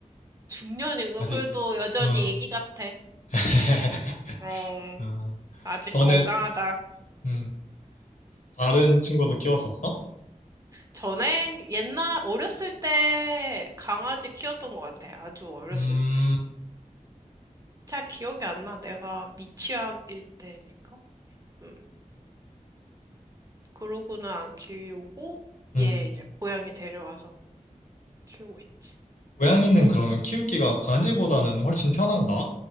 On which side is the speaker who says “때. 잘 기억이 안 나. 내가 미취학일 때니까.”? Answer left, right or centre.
Right